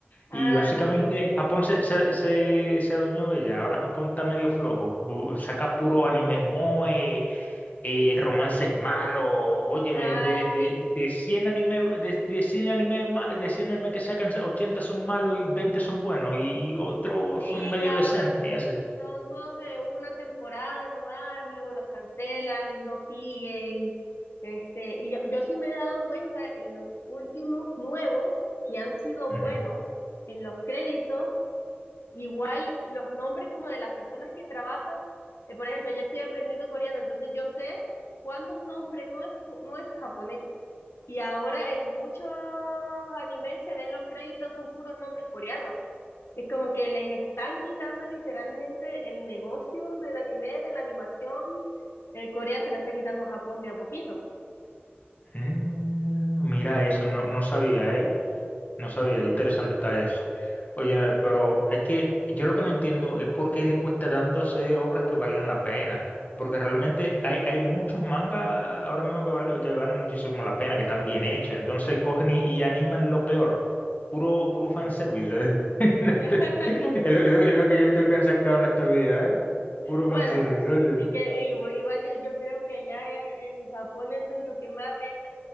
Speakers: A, on the left; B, on the left.
A: Ah,
B: Y básicamente
A: sí.
B: Japón se, se, se, se adueñó de ella. Ahora Japón está medio flojo. Bu- Saca puro anime moe, eh, romances malos. Óyeme,
A: Ah,
B: de, de,
A: sí.
B: de 100 anime, de, de 100 anime, ma- de 100 anime que sacan, 80 son malos y 20 son buenos y otros
A: Sí,
B: son medio
A: y ahora,
B: decentes y así.
A: y son todos de una temporada nomás, luego los cancelan, no siguen. Este, y yo, yo sí me he dado cuenta en los últimos nuevos que han sido
B: Ujú.
A: buenos, en los créditos, igual los nombres como de las personas que trabajan. Eh, por ejemplo, yo estoy aprendiendo coreano, entonces yo sé cuándo un nombre no es, cu- no es japonés. Y ahora en muchos animes se ven los créditos, son puros nombres coreanos. Es como que les están quitando literalmente el negocio del anime, de la animación. Eh, Corea se la está quitando a Japón de a poquito.
B: Mm, mira eso, no, no sabía, ¿eh? No sabía, qué interesante está eso. Oye, pero es que yo lo que no entiendo es por qué le cuesta tanto hacer obras que valgan la pena. Porque realmente hay, hay muchos mangas ahora mismo que, vale- que valen muchísimo la pena, que están bien hechos. Entonces cogen y, y animan lo peor. Puro, puro fanservice. ¿eh? <laughs>
A: <laughs>
B: Es lo, es lo- es lo que yo he visto que han sacado en esta vida, ¿eh? Puro
A: Bueno,
B: fanservice, oye.
A: es que igu- igual, yo, yo creo que allá en, en Japón eso es lo que más vende,